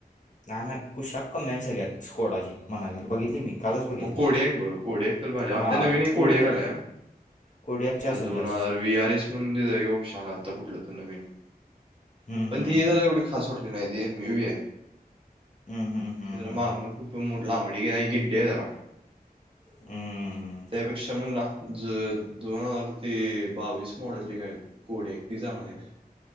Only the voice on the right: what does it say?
मग कोड्याक बघ कोड्याक तर भारी
आत्ता नवीन कोड्याक
आलाय
आता
दोन
हजार वी आर एस म्हण ऑप्शन आला आता कुठलं नवीन
पण
ती जरा एवढी खास वाटली नाही ती म म वी यू आहे
अ जरा
मागण खूप मोठ लांबडी गे नाही गिड्डे आहे जरा
त्यापेक्षा म्हणला दोन हजार ते बावीस मॉडेलचे काय कोडी चांगली आहे.